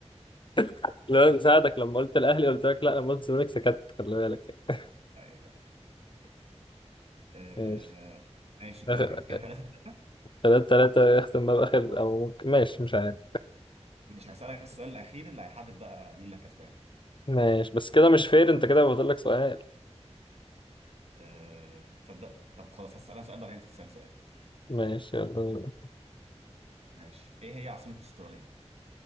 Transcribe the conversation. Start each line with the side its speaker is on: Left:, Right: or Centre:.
Left: <laughs> خلي بالك ساعدك لما قلت الاهلي قلت لك لا لما قلت الزمالك سكت خلي بالك يعني
Right: <laughs> أيوة. آه...
Left: ماشي
Right: ماشي كده
Left: آخر
Right: كده كده 3 3
Left: تلاتة تلاتة يختم بقى بآخر أو ممكن ماشي مش عارف
Right: مش هسألك السؤال الأخير اللي هيحدد بقى مين اللي كسبان
Left: ماشي بس كده مش فير أنت كده فاضل لك سؤال
Right: آه... تصدق طب خلاص هسأل انا سؤال بعدين انت تسأل سؤال
Left: ماشي يلا بينا.
Right: ماشي ايه هي عاصمة استراليا